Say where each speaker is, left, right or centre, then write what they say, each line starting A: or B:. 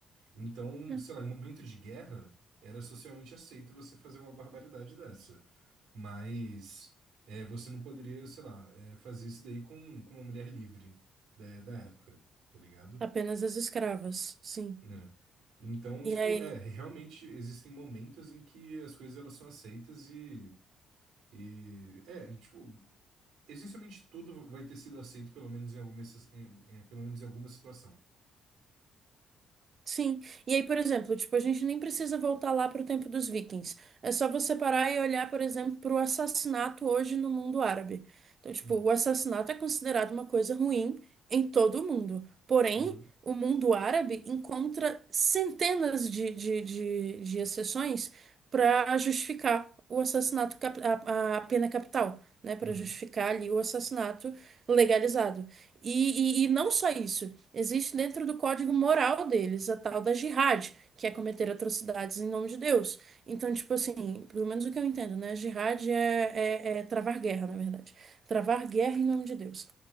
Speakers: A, on the right; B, on the right.
A: Então,
B: É.
A: sei lá, em momento de guerra, era socialmente aceito você fazer uma barbaridade dessa. Mas é, você não poderia, sei lá, é, fazer isso daí com, com uma mulher livre da, da época, tá ligado?
B: Apenas as escravas, sim.
A: Né? Então,
B: E
A: tipo,
B: aí?
A: é, realmente existem momentos em que as coisas elas são aceitas e, e é, tipo, essencialmente tudo vai ter sido aceito pelo menos em alguma, exce- em- em- pelo menos em alguma situação.
B: Sim. E aí, por exemplo, tipo, a gente nem precisa voltar lá para o tempo dos vikings. É só você parar e olhar, por exemplo, para o assassinato hoje no mundo árabe. Então, tipo,
A: Hum,
B: o assassinato é considerado uma coisa ruim em todo o mundo. Porém,
A: uhum.
B: o mundo árabe encontra centenas de, de, de, de exceções para justificar o assassinato, cap- a, a pena capital, né? Para
A: Uhum,
B: justificar ali o assassinato legalizado. E, e, e não só isso. Existe dentro do código moral deles a tal da jihad, que é cometer atrocidades em nome de Deus. Então, tipo assim, pelo menos o que eu entendo, né? Jihad é, é, é travar guerra, na verdade. Travar guerra em nome de Deus.